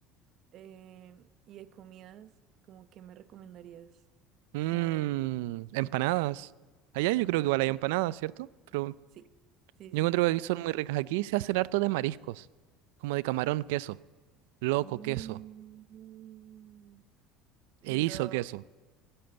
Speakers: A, on the right; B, on the right.
A: eh, y de comidas, ¿como qué me recomendarías?
B: Mm,
A: ¿Como de,
B: empanadas. Allá yo
A: de empanada?
B: creo que igual hay empanadas, ¿cierto? Pero
A: Sí, sí,
B: Yo
A: sí,
B: encuentro
A: también
B: que aquí son
A: hay.
B: muy ricas. Aquí se hacen harto de mariscos, como de camarón, queso, loco,
A: Mm.
B: queso,
A: Y
B: erizo,
A: lo
B: queso.